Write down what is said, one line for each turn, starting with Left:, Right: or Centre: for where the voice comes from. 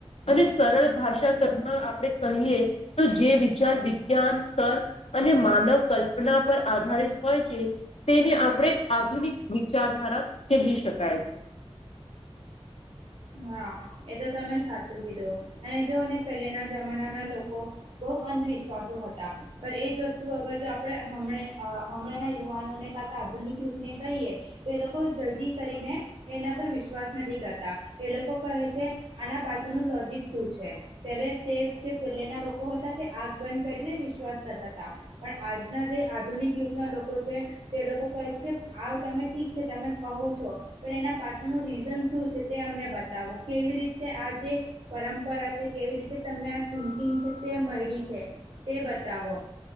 Left: અને સરળ ભાષા આપણે કહીએ તો જે વિચાર વિજ્ઞાન તર્ક અને માનવ કલ્પના પર આધારિત હોય છે તેને આપણે આધુનિક વિચધારા કહી શકાય છે
Right: હા એ તો તમે સાચું કીધું અને જોને પહેલેના જમાના ના લોકો બહુ અંધવિશ્વાસો હતા પણ એ જ વસ્તુ અગર જો આપણે હ હમણાંં યુવાનોને કરતા આધુનિક યુગને કહીએ તો એ લોકો જલ્દી કરીને એના પર વિશ્વાસ નથી કરતા એ લોકો કહે છે આના પાછુંનુંું લોજક શું છે ત્યારે તે જે પેલે ના લોકો હતા આગ બંધ કરીને વિશ્વાસ કરતા હતા પણ આજના જે આધુનિક યુગના લોકો છે તે લોકો કહે છે કે આ તમે ઠીક છે તમે કહો છો પણ એના પાછળનું રીઝન શું છે તે અમને બતાવો કેવી રીતે આ જે પરંપરા છે કેવી રીતે તમને આ થિંકિંગ છે તે મળી છે તે બતાવો